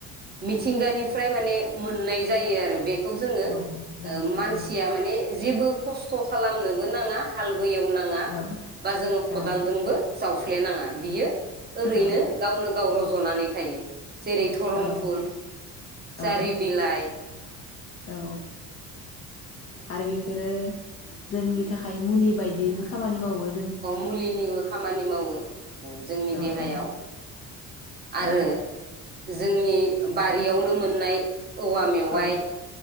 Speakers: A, on the right; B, on the left.
A: मिथिंगानिफ्राय माने मोननाय जायो आरो बे बेखौ जोङो
B: औ मिथिंगानिफ्राय
A: ओ मानसिया
B: औ
A: माने जेबो खस्थ खालामनोबो नाङा हालबो एवनाङा
B: औ
A: बा जोङो खदालजोंबो
B: औ
A: उफ्लेनाङा बियो ओरैनो
B: औ
A: गावनो गाव रज जनानै थायो। जेरै धरमफुल,
B: औ
A: जारि
B: औ
A: बिलाइ <inaudible>
B: औ आरो बेफोरो जोंनि थाखाय मुलि बायदियैबो खामानि मावो ।
A: मुलिनिबो खामानि मावो जोंनि
B: औ
A: देहायाव
B: औ औ
A: आरो जोंनि बारियावनो मोननाय औवा मेवाइ।
B: औ